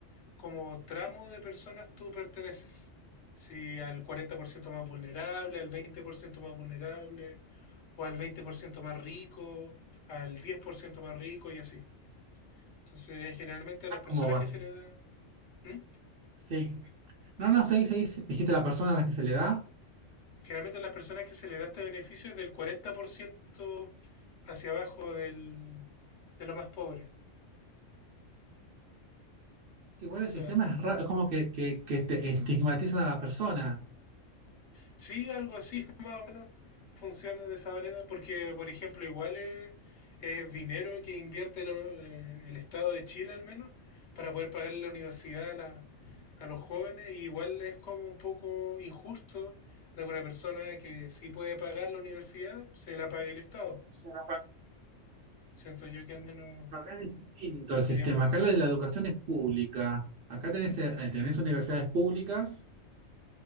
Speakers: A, on the left; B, on the right.
A: como tramo de personas tú perteneces. Si al 40% más vulnerable, al 20% más vulnerable, o al 20% más rico, al 10% más rico y así. Entonces, generalmente a
B: Ah,
A: las personas
B: ¿cómo vas?
A: que se les da... ¿Mm?
B: Sí. No, no, seis, seis. Dijiste la persona a la que se le da.
A: generalmente las personas que se les da este beneficio es del 40% hacia abajo del, de lo más pobre.
B: Sí, igual
A: O
B: el
A: sea,
B: sistema es ra- como que, que, que te estigmatizan a la persona. Acá
A: sí, algo así <laughs> más o menos funciona de esa manera, porque, por ejemplo, igual es, es dinero que invierte lo- eh, el Estado de Chile al menos para poder pagarle la universidad a, la- a los jóvenes, y igual es como un poco injusto de que una persona que sí puede pagar la universidad se la pague el Estado.
B: es
A: Siento yo que al menos
B: una carrera distinto el
A: sería
B: sistema.
A: un poco
B: Acá
A: injusto.
B: la, la educación es pública. Acá tenés, eh, tenés universidades públicas,